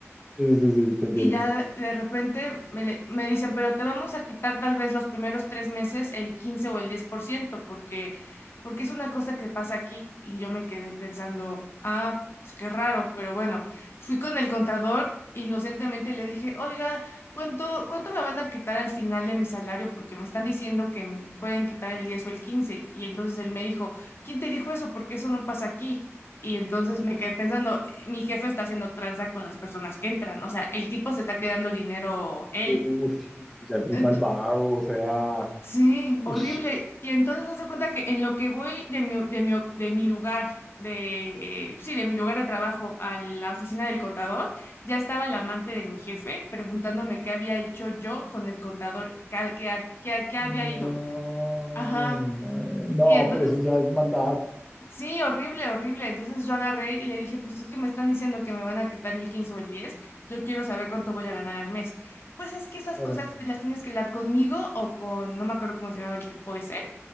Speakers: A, in the centre; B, on the left (about 55°).
A: sí, sí, sí, te entiendo.
B: Y ya de de repente me, le- me dicen, pero te vamos a quitar tal vez los primeros tres meses el 15 o el 10%, porque, porque es una cosa que pasa aquí. Y yo me quedé pensando, ah, pues qué raro, pero bueno, fui con el contador inocentemente y le dije, oiga, ¿cuánto, cuánto me van a quitar al final de mi salario? Porque me están diciendo que me pueden quitar el 10 o el 15. Y entonces él me dijo, ¿quién te dijo eso? Porque eso no pasa aquí. Y entonces me quedé pensando, mi jefe está haciendo tranza con las personas que entran, o sea, el tipo se está quedando el dinero él.
A: Uy, pero eso ya es muy
B: Ent-
A: malvado, o sea,
B: sí,
A: uy.
B: horrible. Y entonces haz de cuenta que en lo que voy de mi, de mi, de mi lugar, de, eh, sí, de mi lugar de trabajo a la oficina del contador, ya estaba el amante de mi jefe preguntándome qué había hecho yo con el contador, que, a- que, a- que a qué había
A: No,
B: ido. Ajá.
A: mae, no,
B: Y entonces
A: pero eso ya es maldad.
B: Sí, horrible, horrible. Entonces yo agarré y le dije, pues es que me están diciendo que me van a quitar el 15 o el diez. yo quiero saber cuánto voy a ganar al mes. Pues es que esas
A: Claro,
B: cosas te las tienes que hablar conmigo o con, no me acuerdo cómo se llamaba el tipo ese.